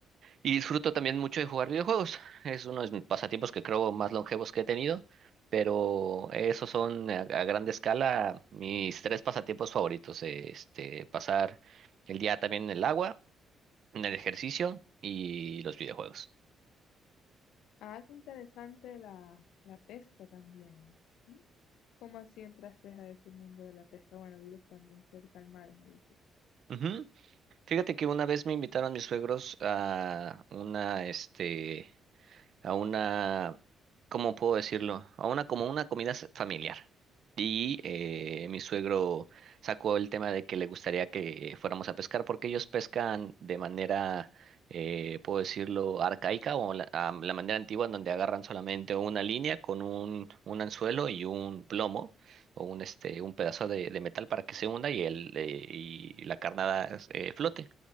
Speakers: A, on the right; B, on the left.
A: Y disfruto también mucho de jugar videojuegos. Es uno de mis pasatiempos que creo más longevos que he tenido, pero esos son a, a grande escala mis tres pasatiempos favoritos. eh, Este, pasar el día también en el agua, en el ejercicio y los videojuegos.
B: Ah, qué interesante la, la pesca también. Mm. ¿Cómo así entraste a ese mundo de la pesca? Bueno, vives también cerca al mar, me dices.
A: Ujú. Fíjate que una vez me invitaron mis suegros a una, este, a una, ¿cómo puedo decirlo? A una como una comida s- familiar. Y eh, mi suegro sacó el tema de que le gustaría que fuéramos a pescar porque ellos pescan de manera, eh, puedo decirlo, arcaica o la, a la manera antigua en donde agarran solamente una línea con un, un anzuelo y un plomo o un, este, un pedazo de, de metal para que se hunda y, el, eh, y la carnada eh, flote.